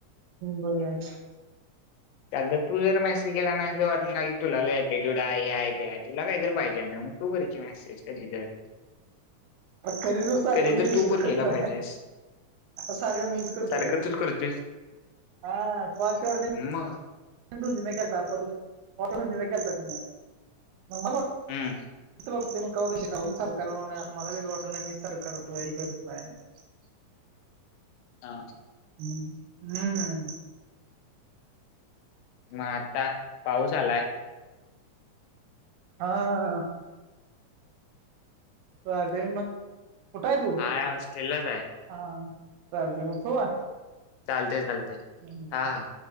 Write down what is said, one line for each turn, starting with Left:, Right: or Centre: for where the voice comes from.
Right: बरं
Left: अग तू जर मेसेज केला नाहीस वाटलं ना की तुला लई एटीटय़ूड आहेय ते आहे तुला काहीतरी पाहिजेय ना मग तु कर की मेसेज कधी तर
Right: अ कधीनु सारखं
Left: कधी
Right: मी
Left: तर
Right: मिशेष
Left: तू पण
Right: करतोय.
Left: केला पाहिजेस.
Right: आ सारख मीज करतोय.
Left: सारखं तूच करतोयस.
Right: हा कालतेवढ
Left: मग.
Right: दोन ती केलता परत दोन तीन केलता तिन. म
Left: हं,
Right: बघतन कवा, मला वेगळं वाट नाही मी सर करतो हि करत नाय. <inaudible>
Left: हा
Right: ह् हम्म
Left: मग आता पाऊस आलाय.
Right: हा. चालतय मग कुठे तू
Left: हाय हॉस्टेललाच आहे.
Right: हा चालतय मग ठेऊ का?
Left: चालतेय, चालते.
Right: हम् <inaudible>
Left: हा.